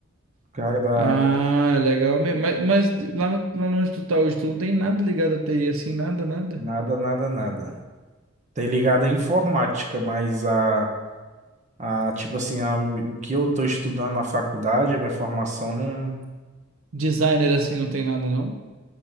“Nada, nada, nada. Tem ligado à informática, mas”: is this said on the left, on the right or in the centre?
Right